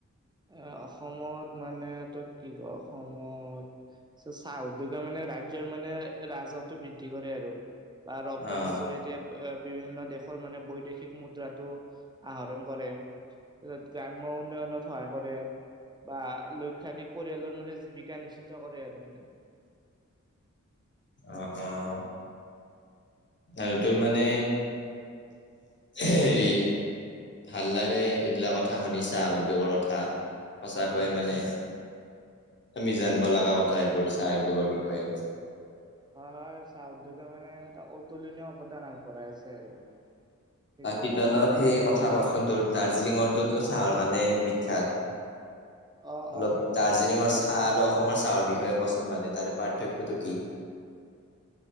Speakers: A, on the right; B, on the left.
A: এ অসমত মানে তই কি কয় অসমত ত চাহ উদ্যোগে মানে ৰাজ্যৰ মানে ৰাজহথটো বৃদ্ধি কৰে আৰু বা ৰপ্তানিৰ
B: অ',
A: জৰি়য়তে বিভিন্ন দেশৰ মানে বৈদেশিক মুদ্ৰাটো আহৰণ কৰে। ত গ্ৰাম উন্নয়নত সহায় কৰে বা লক্ষাধিক পৰিয়ালৰ মানে জীৱিকা নিশ্চিত কৰে আৰু মানে।
B: অ', অ'। আৰু তোৰ মানে হেৰি ভাল লাগে এইগিলা কথা শুনিছা উদ্যোগৰ কথা। সঁচাকৈয়ে
A: অ'।
B: মানে আমি জানিব লগা কথা এইবোৰ চাহ উদ্যোগৰ বিষয়ে।
A: হয় হয় চাহউদ্যোগে মানে এটা অতুলিনীয় অৱদান আগবঢ়াই আছে আৰু। সেইটোৱে
B: বাকী
A: কথা
B: অলপ
A: আৰু
B: সেই
A: মোৰ।
B: কথা কচোন তোৰ দাৰ্জিলিঙটোতো চাহৰ কাৰণে বিখ্যাত।
A: অ',
B: অলপ
A: অ' সেইটো
B: দাৰ্জিলিঙৰ
A: দাৰ্জিলিং
B: চাহ আৰু অসমৰ চাহৰ বিষয়ে কচোন মানে তাৰে পাৰ্থক্যটো কি?